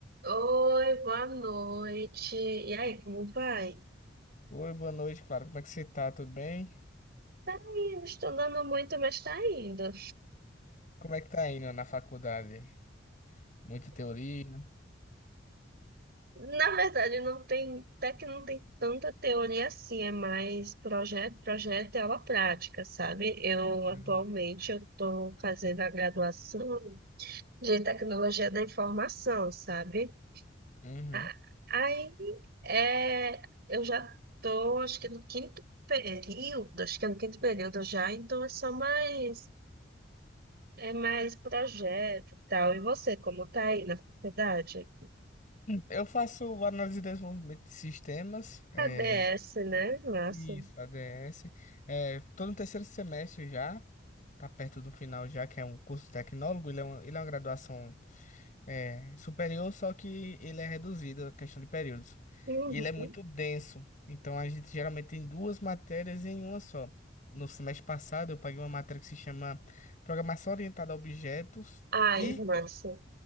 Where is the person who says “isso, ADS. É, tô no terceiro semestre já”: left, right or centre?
Left